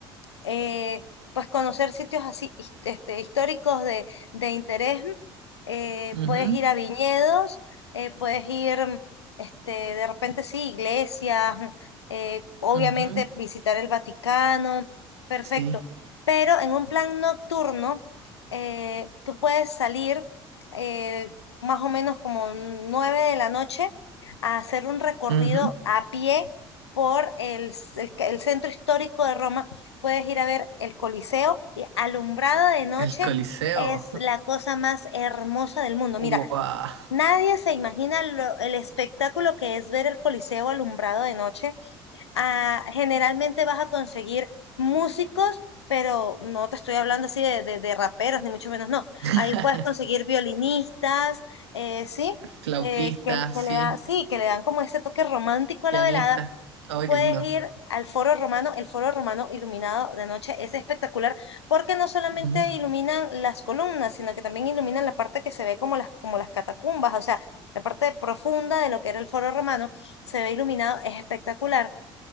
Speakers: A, on the left (about 85°); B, on the right (about 80°).
A: eh, pues conocer sitios así his- este, históricos de, de interés. eh,
B: Ujú,
A: puedes ir a viñedos, eh, puedes ir, este, de repente sí, iglesias, eh, obviamente
B: ujú,
A: visitar el Vaticano, perfecto.
B: Sí.
A: Pero en un plan nocturno, eh, tú puedes salir eh, más o menos como nueve de la noche a hacer un recorrido
B: Ujú.
A: a pie por el, c- el ca- el centro histórico de Roma puedes ir a ver el Coliseo y alumbrado de noche
B: El Coliseo.
A: es la cosa más hermosa del mundo. Mira,
B: Wow.
A: nadie se imagina lo- el espectáculo que es ver el Coliseo alumbrado de noche. Ah, generalmente vas a conseguir músicos, pero no te estoy hablando así de, de, de raperos, ni mucho menos, no.
B: <laughs>
A: Ahí puedes conseguir violinistas, eh, ¿sí?
B: Flautista,
A: eh, que, que
B: sí.
A: le da, sí, que le dan como ese toque romántico a
B: Pianista.
A: la velada,
B: Ay,
A: Puedes
B: qué lindo.
A: ir al Foro Romano, el Foro Romano iluminado de noche es espectacular porque no solamente
B: Ujú.
A: iluminan las columnas, sino que también iluminan la parte que se ve como las, como las catacumbas, o sea, la parte profunda de lo que era el Foro Romano, se ve iluminado, es espectacular.